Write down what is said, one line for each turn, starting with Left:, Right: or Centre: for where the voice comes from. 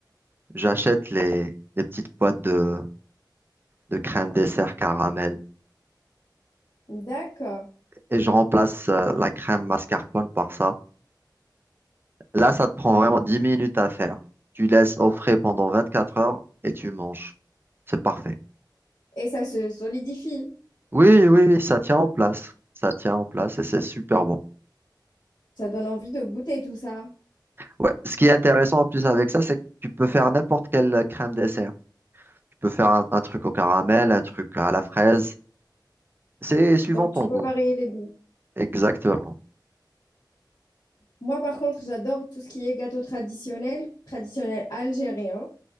Right: j'achète les les petites boîtes de de crème dessert caramel
Left: D'accord.
Right: et je remplace euh, la crème mascarpone par ça. Là, ça te prend vraiment 10 minutes à faire. Tu laisses au frais pendant 24 heures et tu manges. C'est parfait.
Left: Et ça se solidifie.
Right: Oui, oui, oui, ça tient en place. Ça tient en place et c'est super bon.
Left: Ça donne envie de goûter tout ça.
Right: Ouais, ce qui est intéressant en plus avec ça, c'est que tu peux faire n'importe quelle crème dessert. Tu peux faire un, un truc au caramel, un truc à la fraise. C'est suivant
Left: Donc
Right: ton
Left: tu peux
Right: goût.
Left: varier les goûts.
Right: Exactement.
Left: Moi par contre, j'adore tout ce qui est gâteau traditionnel, traditionnel algérien,